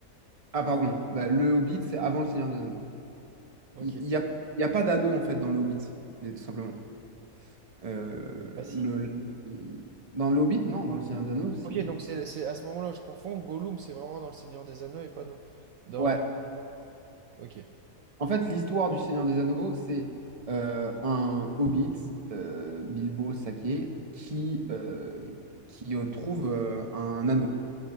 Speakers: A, on the right; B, on the right.
A: Ah pardon, Bah, le Hobbit, c'est avant le Seigneur des Anneaux.
B: Ok.
A: Il n'y a, il y a pas d'anneau, en fait, dans le Hobbit, tout simplement. Euh,
B: Bah si.
A: le, le- il- Dans le Hobbit, non, dans le Seigneur des Anneaux aussi,
B: Ok,
A: mais...
B: donc c'est c'est à ce moment-là où je confonds. Gollum, c'est vraiment dans Le Seigneur des Anneaux et pas dans... dans...
A: Ouais.
B: Ok.
A: En fait, l'histoire du Seigneur des Anneaux, c'est euh, un hobbit, euh, Bilbo Sacqué, qui, euh, qui euh, trouve euh, un anneau.